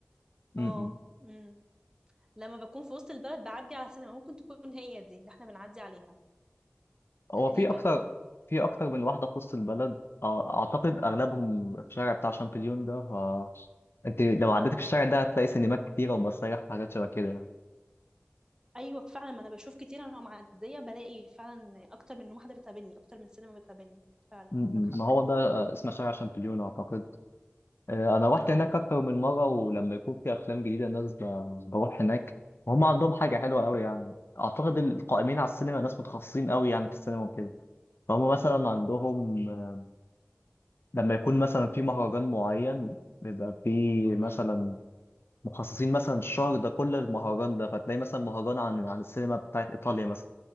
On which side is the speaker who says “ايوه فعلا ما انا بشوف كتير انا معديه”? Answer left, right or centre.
Right